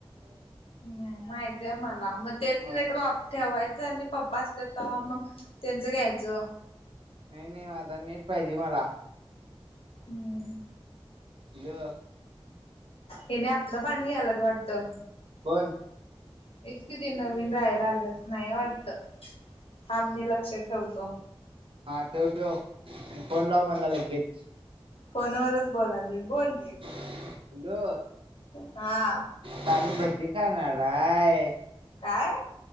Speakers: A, on the left (about 70°); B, on the right (about 60°).
A: हम् माहितय मला मग तेच
B: होय
A: नेट वाप- ठेवायचं, आणि पप्पा असत तेव्हा मग त्यांचं घ्यायचं.
B: नाही नाही आता नेट पाहिजे मला.
A: हम्म
B: ल <inaudible>
A: हने आपलं पाणी घ्यालायत वाटतं.
B: कोण?
A: तीच की ती नवीन राहायला आलंचं नाही वाटत हा मी लक्ष ठेवतो.
B: हा ठेव ठेव आणि फोन लाव मला लगेज.
A: फोनवरच बोलाल बोल.
B: हॅलो
A: हा
B: काल भजी खाणारय.
A: काय?